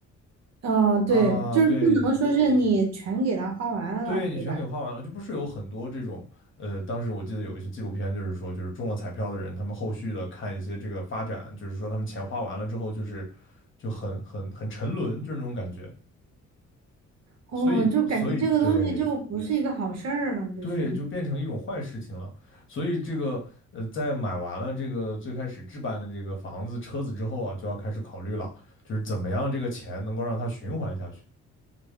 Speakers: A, on the right; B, on the left.
A: 嗯、
B: 啊，
A: 对，就是不能说是你全给它花完了，
B: 对对，你全给花完了，
A: 对吧？
B: 就不是有很多这种，呃，当时我记得有一些纪录片，就是说，就是中了彩票的人，他们后续的看一些这个发展，就是说他们钱花完了之后，就是就很很很沉沦，就是那种感觉，
A: 哦，
B: 所以所以对
A: 就感觉这个东西就不是一个好事儿了，就是。
B: 对，就变成一种坏事情了，所以这个呃，在买完了这个最开始置办的这个房子、车子之后啊，就要开始考虑了，就是怎么样这个钱能够让它循环下去。